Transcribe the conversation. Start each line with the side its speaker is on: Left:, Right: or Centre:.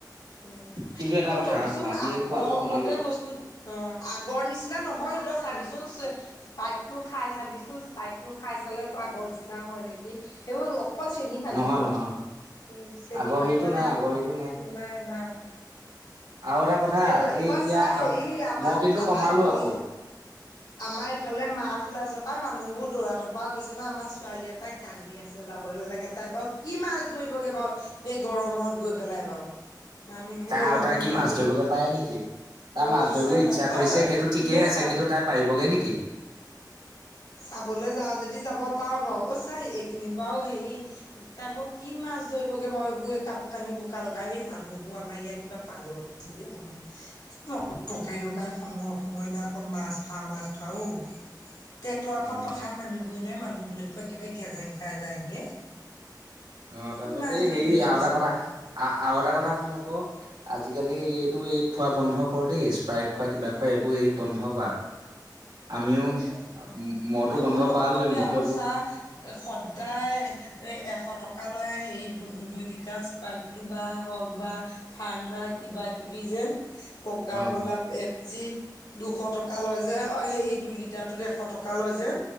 Left: উম
Right: কিন্তু এটা
Left: আৰু
Right: কথা
Left: ৰবিচোন
Right: আকৌ আমি
Left: আগৰ
Right: এই খোৱাটো কমালো
Left: গতে বস্তু অ আগৰ নিচিনা নহয়। চাবিচোন স্পাইটটো খাই চাবিচোন স্পাইট টো খাই চালে তোৰ আগৰ নিচিনা হয় নেকি সেইবোৰ অকল চেনি পানীও
Right: নহয় নহয়
Left: উ চেনি
Right: আগৰ
Left: পানী
Right: হেৰিটো
Left: বাদে
Right: নাই
Left: আহ
Right: আগৰ হেৰিটো
Left: নাই নাই
Right: আৰু এটা কথা
Left: এইফ
Right: এই
Left: ক
Right: এতিয়া
Left: চা হেৰি
Right: আম
Left: আমাৰ
Right: মই কিন্তু
Left: আমাৰ
Right: কমালো
Left: এইফাল
Right: আকৌ
Left: আমাৰ ইফালে মাছ ওলাইছে পাই মানুহ বোৰ দৌৰা ধপৰা গৈছে- জানো আমাৰ ছোৱালীয়ে পৰাই কান্দি আছে যাবলৈ লাগে তাই বাৰু কি মাছ- ধৰিবগে বাৰু এই গৰমত গৈ পেলাই বাৰু- মানুহবোৰ
Right: তাই
Left: অলপ
Right: আৰু তাই
Left: নহয়
Right: কি মাছ
Left: দেই।
Right: ধৰিবগে পাৰে নেকি তাই
Left: অ'
Right: মাছ ধৰিবলৈ
Left: চমানমান
Right: ইচ্ছা কৰিছে
Left: আহ
Right: সেইটো ঠিকেই
Left: ইনে
Right: আছে
Left: চাব।
Right: কিন্তু তাই পাৰিবগে নেকি
Left: চাবলৈ যা যদি যাব পাৰ বাৰু অ চাই এইখিনি বাৰু হেৰি তাৰপৌ কি মাছ ধৰিবগৈ। এইবোৰ কাপোৰ কানি বোকা লগাই মানুহবোৰ আমাৰ ইয়াত কিবা পাগলছে দেই অকমান কি। পকাই কাই ৰখাই সময়ে সময়ে ন অকল মাছ ধৰা মাছ ধৰাও। ট্ৰেক্টৰ এখন
Right: উম
Left: প্ৰথান নামিবই নহয় মানুহবোৰ দেখুৱাই একেবাৰে গেজেং খাই যায়গে।
Right: অ'
Left: কি
Right: তাৰ পিছত
Left: মাছ
Right: এই
Left: ধৰিবলৈ
Right: হেৰি আৰু
Left: গৈছে
Right: এটা কথা
Left: বাৰু।
Right: আৰু এটা কথা কোন আকৌ আজি। আজিকালি এইটো এই খোৱা বন্ধ কৰ দেই, স্প্ৰাইট খোৱা কিবা খোৱা এইবোৰ এই বন্ধ কৰা। আমিও।
Left: উম
Right: মইতো
Left: এইবোৰ
Right: বন্ধ
Left: নকবি
Right: কৰালোৱে মইতো
Left: আকৌ
Right: এইবোৰ
Left: চাহ সদায় এ এশ টকা। ক ল সে দু দুই লিটাৰ স্পাইপটো বা হওক বা ঠাণ্ডা কিবা কিবি। ককাকলা
Right: অ
Left: পেপছি দুশ টকা লৈ যে অ হেই। দুই লিটাৰটোত এশ টকা লয় যে,